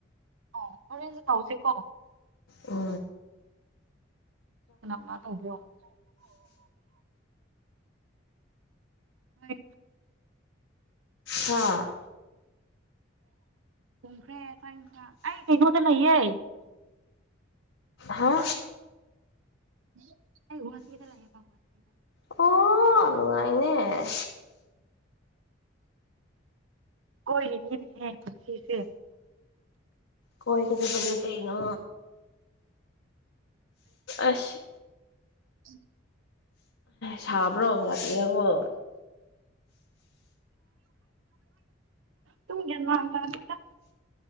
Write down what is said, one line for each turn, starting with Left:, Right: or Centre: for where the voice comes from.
Right: ꯑꯣ ꯍꯣꯔꯦꯟꯁꯨ ꯇꯧꯁꯦꯀꯣ
Left: ꯎ
Right: ꯀꯅꯥ ꯇꯧꯕꯤꯔꯣ ꯍꯣꯏ
Left: ꯍꯥꯥ
Right: ꯈ꯭ꯔꯦ ꯑꯩ ꯀꯩꯅꯣꯗ ꯂꯩꯌꯦ
Left: ꯍꯥ
Right: ꯎꯝ ꯑꯩ ꯒꯍꯇꯤꯗ ꯂꯥꯛꯕꯨꯍꯇꯗ
Left: ꯑꯣ ꯅꯨꯡꯉꯥꯏꯅꯦ
Right: ꯀꯣꯏꯅꯤ ꯈꯟꯁꯤꯁ
Left: ꯀꯣꯏ ꯀꯗꯅꯤ ꯀꯩꯩꯅ ꯑꯁ
Right: ꯎꯝ
Left: ꯁꯥꯕ ꯭ꯔꯣꯍꯗꯤꯔꯕꯣ
Right: ꯇꯨꯡ ꯌꯦꯟꯃꯥꯟ ꯇꯗꯗ